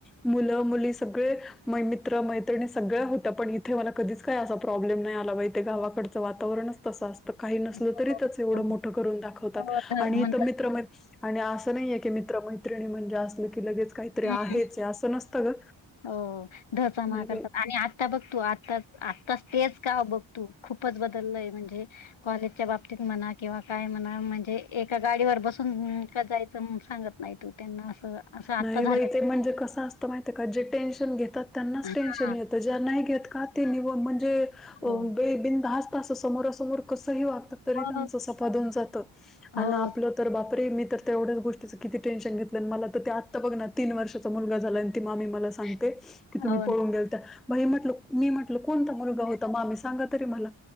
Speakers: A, in the centre; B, on the left (about 75°).
A: मुलं मुली सगळे मै -मित्र मैत्रिणी सगळ्या होत्या. पण इथे मला कधीच, काय असा प्रॉब्लेम नाही आला, बाई तेे गावाकडचं वातावरणच तसं असतं. काही नसल
B: हो
A: तरी त्या एवढं
B: हो
A: मोठं करून दाखवतात.
B: हो ध
A: आणि
B: म्हणतात
A: तर मित्र मै आणि असं नाही आहे की, मित्र मैत्रिणी म्हणजे असलं की लगेच. काहीतरी
B: हम्म
A: आहेच, असं नसतं गं
B: हो धचामा
A: नाही
B: करतात
A: बाई.
B: आणि आता बघतू आताच आताच, तेच का बघतू खूपच बदलय म्हणजे, कॉलेजच्या बाबतीत म्हणा किंवा काय म्हणा, म्हणजे एका गाडीवर बसून जायचं काय सांगत नाही. तू त्यांना असं, असं आता
A: नाही
B: झालेलं
A: बाई ते म्हणजे कसं असतं, माहितय का जे टेन्शन घेतात. त्यांनाच
B: आहे हा
A: टेन्शन येत, ज्या नाही घेत का ते म्हणजे
B: हो
A: <unintelligible> बिनधास्त समोरासमोर कसं, ही वागत तरी
B: हो
A: त्यां सपाधन जात
B: हो
A: आण आपलं. तर बापरे, मी तर तेवढ्याच गोष्टीचं किती टेन्शन घेतलं मला ते. तर ते आत्ता बघ ना तीन वर्षाचा मुलगा झाला. आणि ती मामी मला सांगते की, तुम्ही
B: हो
A: पळून
B: ना
A: गेलता. भाई म्हटलं मी म्हटल कोणता मुलगा होता, मामी सांगा तरी मला